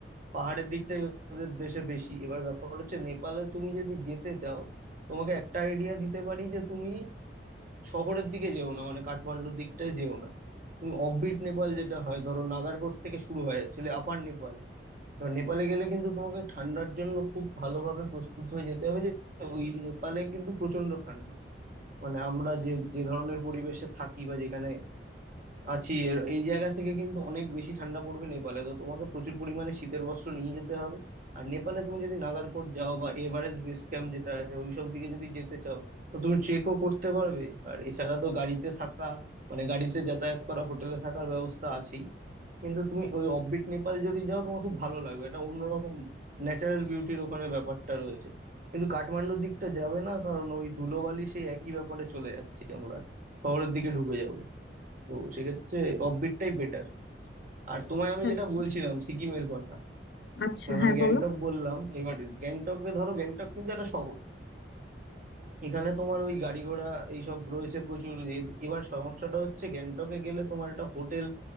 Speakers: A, on the right (about 50°); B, on the left (about 80°).
A: পাহাড়ের দিকটাই ওদের দেশে বেশি এবার ব্যাপার হচ্ছে নেপালে তুমি যদি যেতে চাও তোমাকে একটা আইডিয়া দিতে পারি যে তুমি শহরের দিকে যেও না মানে কাঠমান্ডুর দিকটায় যেও না তুমি অফবিট নেপাল যেটা হয় ধরো নাগারকোট থেকে শুরু হয় অ্যাকচুয়ালি আপার নেপাল এবার নেপালে গেলে কিন্তু তোমাকে ঠান্ডার জন্য খুব ভালোভাবে প্রস্তুত হয়ে যেতে হবে যে ওই নেপালে কিন্তু প্রচন্ড ঠান্ডা মানে আমরা যে যে ধরনের পরিবেশে থাকি বা যেখানে আছি এর- এই জায়গা থেকে কিন্তু অনেক বেশি ঠান্ডা পড়বে নেপালে তো তোমাকে প্রচুর পরিমাণে শীতের বস্ত্র নিয়ে যেতে হবে আর নেপালে তুমি যদি নাগারকোট যাও বা এভারেস্ট বেস ক্যাম্প যেটা আছে ওইসব দিকে যদি যেতে চাও তো তুমি ট্রেকও করতে পারবে আর এছাড়া তো গাড়িতে থাকা মানে গাড়িতে যাতায়াত করা হোটেলে থাকার ব্যবস্থা আছেই কিন্তু তুমি ওই অফবিট নেপাল যদি যাও তোমার খুব ভালো লাগবে এটা অন্যরকম ন্যাচারাল বিউটির ওখানে ব্যাপারটা রয়েছে কিন্তু কাঠমান্ডুর দিকটা যাবে না কারণ ওই ধুলোবালি সেই একই ব্যাপারে চলে যাচ্ছি আমরা শহরের দিকে ঢুকে যাব তো সেক্ষেত্রে অফবিটটাই বেটার আর তোমায়
B: আচ্ছা
A: আমি যেটা
B: আচ্ছা
A: বলছিলাম সিকিমের কথা
B: আচ্ছা
A: কারণ
B: হ্যাঁ
A: আমি গ্যাংটক
B: বলো
A: বললাম এবার গ্যাংটকে ধরো গ্যাংটক কিন্তু একটা শহর এখানে তোমার ওই গাড়ি ঘোড়া এইসব রয়েছে প্রচুর এ- এবার সমস্যাটা হচ্ছে গ্যাংটকে গেলে তোমার একটা হোটেল